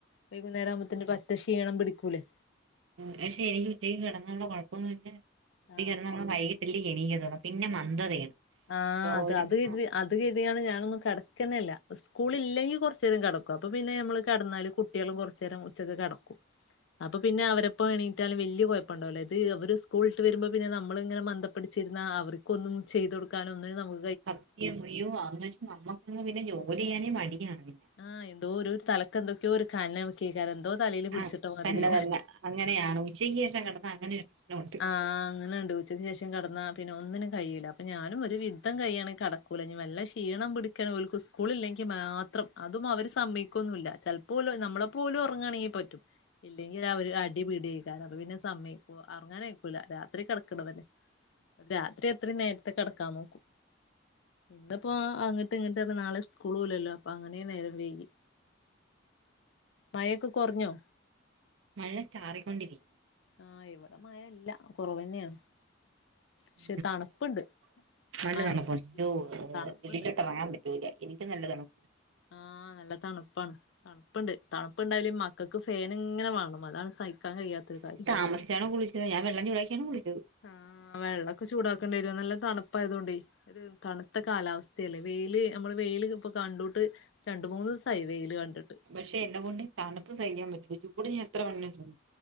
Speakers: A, on the left (about 65°); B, on the right (about 70°).
A: വൈകുന്നേരം ആവുമ്പത്തിനും പണി - ക്ഷീണം പിടിക്കൂലേ
B: പക്ഷെ എനിക്ക് ഉച്ചക്ക് കെടന്നാലുള്ള കൊഴപ്പംന്ന് വെച്ചാൽ ഉച്ചയ്ക്ക്
A: ആ
B: കെടന്ന വൈകി- ല് ഗണീയ <unintelligible> ത പിന്നെ മന്ദതയാണ്.
A: ആഹ് അത്
B: ഒരുമാ
A: അത് ഇ- അത് ഗതിയാണ് ഞാനൊന്നും കെടക്കനല്ല സ്കൂളില്ലെങ്കി കൊറച്ച് നേരം കെടക്കും അപ്പൊ പിന്നെ ഞമ്മള് കെടന്നാലും കു കുട്ടിയേളും കൊർചേരം ഉച്ചക്ക് കെടക്കും അപ്പൊ പിന്നെ അവരെപ്പ എണി റ്റാലും വെല്യാ കൊഴപ്പണ്ടാവുല ഇത് ഇവർ സ്കൂൾട്ട് വെരുമ്പോ പിന്നെ നമ്മളിങ്ങനെ മന്തപ്പടിച്ചിര്ന്ന അവർക്കൊന്നും ചെയ്ത് കൊടുക് കാലോ ഒന്നിനും നമ്
B: സത്യം അയ്യൊ അവെ നമ്മക്ക്ങ് പിന്നെ ജോലി ചെയ്യാനേ മടിയാണ് പിന്നെ
A: ആഹ് എന്തോ ഒരു തലക്കെന്തൊക്കെയോ ഒരു കാനയ്ക്കക്കാരോ എന്തോ തലേല് പിടിച്ചിട്ട
B: ആഹ്
A: മാതിരി.
B: തന്നെ തന്നെ അങ്ങനെയാണ് ഉച്ചകൊക്കേ കെടന്ന അങ്ങനൊരു പ്രശ്നവുണ്ട്
A: ആഹ് അങ്ങനെ ണ്ട് ഉച്ചക്ക്ശേഷം കെട്ന്ന പിന്നെ ഒന്നിനും കൈയുല അപ്പൊ ഞാനും ഒരു വിധം കയ്യാണെങ്കി കടക്കും ലഞ് വല്ല ക്ഷീണം പിടിക്കണ ഓൽക് സ്കൂളില്ലെങ്കിൽ മാത്രം അതും അവര് സമ്മയ്കൊന്നുല്ല പോലു നമ്മളെ പോലും ഒറങ്ങാണെങ്കിൽ പറ്റും ഇല്ലെങ്കിൽ അവര് അടിപീടിയെയ്ക്കാരൊ അപൊ പിന്നെ സമ്മയ്കുവ അറങ്ങാനയികുല രാത്രി കിടക്ണതല്ലേ രാത്രി എത്രയും നേരത്തെ കെടക്കാ നോക്കും. ഇന്നിപ്പോ അങ്ങട്ട് ഇങ്ങട്ട് നാളെ സ്കൂളൂല്ലല്ലോ അപ്പൊ അങ്ങനേ നേരം വേകി മയൊക്കെ കൊർഞ്ഞോ?
B: മഴ ചാറിക്കൊണ്ടിരിക്ന്ന്
A: ആഹ് ഇവിടെ മയല്ല കുറവന്നെയാണ്. പക്ഷെ
B: ഉ
A: തണുപ്പുണ്ട്
B: നല്ലതണപ്പ
A: മഴനെക്കാട്ടിലും
B: രൂ
A: ഉം തണുപ്പുണ്ട്
B: വെളിലോട്ട് ഇറങ്ങാൻ പറ്റി എനിക്ക് നല്ലതാണ്
A: ആഹ് നല്ല തണുപ്പാണ് തണ്പ്പ്ണ്ട് തണുപ്ണ്ടായാലേ മക്കക്ക് ഫേൻങ്ങനെ വേണം അതാണ് സഹിക്കാ കഴിയാത്തരു കാര്യം.
B: അമസ്ച്ചളെ ത്തുനേ ഞൻ വെള്ളം ചുടാക്കിയാണ് കുളിക്കു
A: ആഹ് വെള്ളക്കെ ചൂടാക്കേണ്ടി വരു നല്ല തണുപ്പായതോണ്ടേയ് ഒരു തണുത്ത കാലാവസ്ഥയല്ലേ വെയില് നമ്മള് വെയില് ഇപ്പൊ കണ്ടോട്ട് രണ്ട് മൂന്ന് ദിവസായി വെയില് കണ്ടിട്ട്
B: പക്ഷെ എന്നെ കൊണ്ട് തണുപ്പ് സഹികാ പറ്റൂല ചൂട് ഞാ എത്ര വേണെൽ സഹി